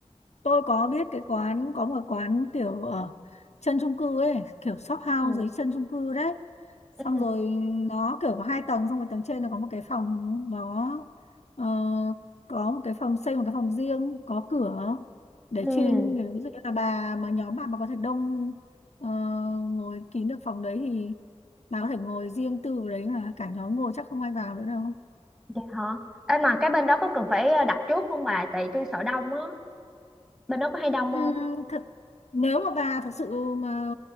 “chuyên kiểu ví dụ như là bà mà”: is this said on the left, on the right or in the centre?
Left